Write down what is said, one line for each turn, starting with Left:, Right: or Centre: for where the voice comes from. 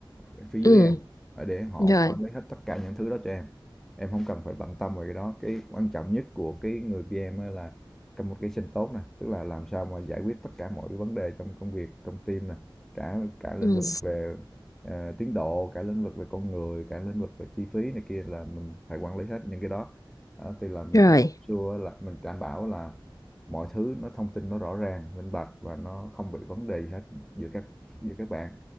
Centre: ở phía dưới
Left: ừ
Centre: em ở để họ
Left: rồi
Centre: quản lý hết tất cả những thứ đó cho em em không cần phải bận tâm về cái đó cái quan trọng nhất của cái người PM á là communication tốt nè tức là làm sao mà giải quyết tất cả mọi cái vấn đề trong công việc trong team nè cả cả lĩnh
Left: ừ
Centre: vực về ờ, tiến độ cả lĩnh vực về con người cả lĩnh vực về chi phí này kia là mình phải quản lý hết những cái đó Đó, thì là mình
Left: rồi
Centre: bắt sure là mình đảm bảo là mọi thứ nó thông tin nó rõ ràng minh bạch và nó không bị vấn đề gì hết giữa các giữa các bạn